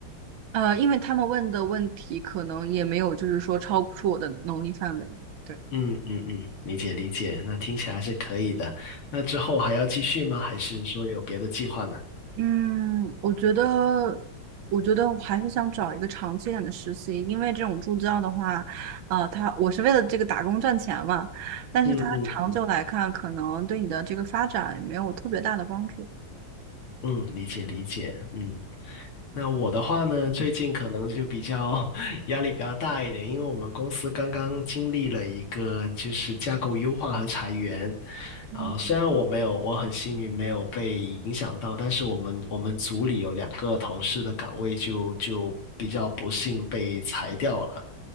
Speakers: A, on the right; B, on the left.
A: 呃，因为他们问的问题可能也没有，就是说超出我的能力范围。对，
B: 嗯嗯嗯，理解理解。那听起来是可以的。那之后还要继续吗？还是说有别的计划呢？
A: 嗯，我觉得，我觉得我还是想找一个长期一点的实习，因为这种助教的话，呃，他我是为了这个打工赚钱嘛，但是他长久来看，
B: 嗯嗯嗯
A: 可能对你的这个发展没有特别大的帮助。
B: 嗯，理解理解，嗯，那我的话呢，最近可能就比较 <laughs> 压力比较大一点，因为我们公司刚刚经历了一个就是架构优化和裁员，
A: 嗯
B: 啊，虽然我没有，我很幸运没有被影响到，但是我们我们组里有两个同事的岗位就就比较不幸被裁掉了，